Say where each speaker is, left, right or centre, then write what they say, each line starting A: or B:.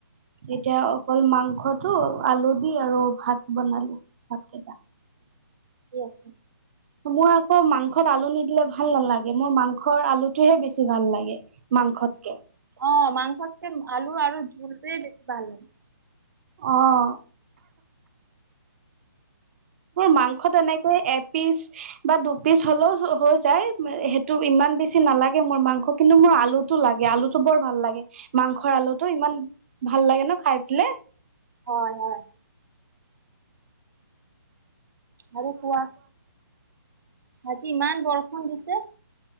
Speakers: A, on the right; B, on the right.
A: এতিয়া
B: আচ্ছা
A: অকল মাংসত হেতু আলু দি আৰু ভাত বনালো ভাত কেইটা।
B: ঠিকে আছে।
A: মই আকৌ মাংসত আলু নিদিলে ভাল নালাগে মোৰ মাংসৰ আলুটোহে বেছি ভাল লাগে। মাংসত কে।
B: অ', মাংসত কেই আলু আৰু জঝুলটোৱে বেছি ভাল লাগে।
A: অ'। মাংসত এনেকৈ এপিচ বা দুপিচ হলেও হৈ যায় সেইটো ইমান বেছি নালাগে মোৰ মাংস কিন্তু মোৰ আলু লাগে আলুটো বৰ ভাল লাগে মাংসৰ আলুতটো ইমান ভাল লাগে ন খাই পেলাই?
B: হয়-হয়। আৰু কোৱা, আজি ইমান বৰষুণ দিছে।